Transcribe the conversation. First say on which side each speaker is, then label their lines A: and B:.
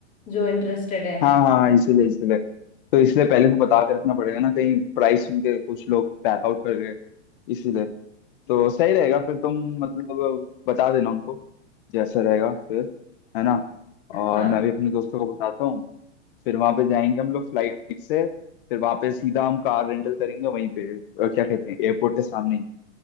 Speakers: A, on the left; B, on the left.
A: जो इंटरेस्टेड है
B: हाँ हाँ इसीलिए इसीलिए तो इसलिए पहले से बता के रखना पड़ेगा ना कहीं प्राइस सुन के कुछ लोग पैक आउट कर गए इसीलिए तो सही रहेगा फिर तुम मतलब बता देना उनको जैसा रहेगा फिर है ना और
A: हाँ
B: मैं भी अपने दोस्तों को बताता हूँ फिर वहां पे जाएंगे हम लोग फ्लाइट से फिर वहां पे सीधा हम कार रेंटल करेंगे वहीं पे अ, क्या कहते हैं एयरपोर्ट के सामने